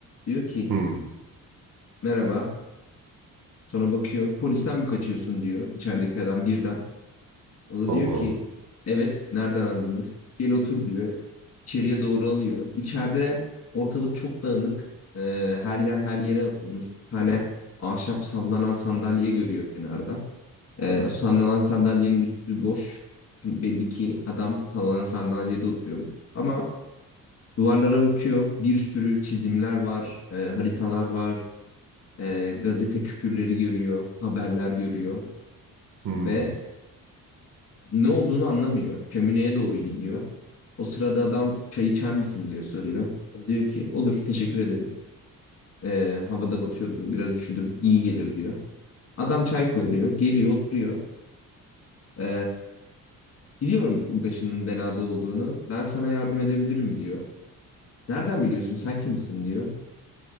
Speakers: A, on the left; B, on the right.
A: Diyor ki
B: hmm.
A: merhaba. Sonra bakıyor. Polisten mi kaçıyorsun diyor içerideki adam birden. O da
B: Allah
A: diyor ki
B: Allah.
A: evet nereden anladınız? Gel otur diyor. İçeriye doğru alıyor. İçeride ortalık çok dağınık. Ee, her yer her yere atılmış. Bir tane ahşap sallanan sandalye görüyor kenarda. Ee, sallanan sandalyenin üstü boş. Çünkü belli ki adam sallanan sandalyede oturuyormuş. Ama Duvarlara bakıyor. Bir sürü çizimler var, e, haritalar var, e, gazete küpürleri görüyor, haberler görüyor
B: Hmm.
A: ve ne olduğunu anlamıyor. Şömineye doğru gidiyor. O sırada adam çay içer misin diyor soruyor. O Diyor ki olur teşekkür ederim. E, havada batıyordu biraz üşüdüm iyi gelir diyor. Adam çay koyuyor geliyor oturuyor. E, biliyorum bu başının belada olduğunu ben sana yardım edebilirim diyor. Nereden biliyorsun sen kimsin diyor.